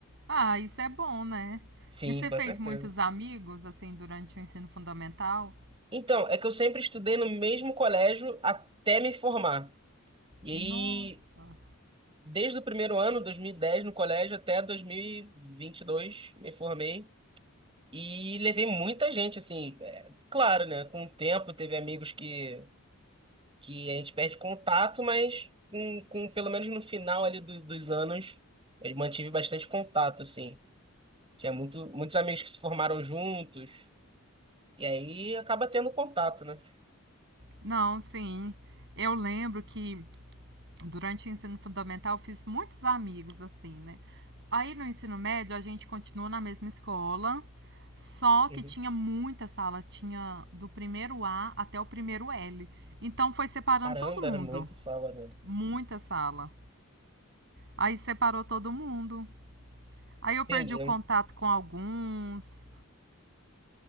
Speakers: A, on the right (about 55°); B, on the right (about 25°).
A: Ah, isso é bom, né?
B: Sim,
A: E você
B: com
A: fez
B: certeza.
A: muitos amigos, assim, durante o ensino fundamental?
B: Então, é que eu sempre estudei no mesmo colégio até me formar. E aí,
A: Nossa.
B: desde o primeiro ano, 2010 no colégio, até dois mil e e vinte e dois me formei. E levei muita gente, assim, é, claro, né? Com o tempo, teve amigos que, que a gente perde contato, mas com, com- pelo menos no final ali do- dos anos, eu mantive bastante contato, assim. Tinha muito, muitos amigos que se formaram juntos, e aí acaba tendo contato, né?
A: Não, sim. Eu lembro que Durante o ensino fundamental, fiz muitos amigos, assim, né. Aí, no ensino médio, a gente continuou na mesma escola, só que
B: Uhum.
A: tinha muita sala, tinha do primeiro A até o primeiro L. Então, foi separando
B: Caramba,
A: todo mundo,
B: era muito sala, né?
A: muita sala. Aí, separou todo mundo. Aí, eu perdi
B: Entendi.
A: o contato com alguns.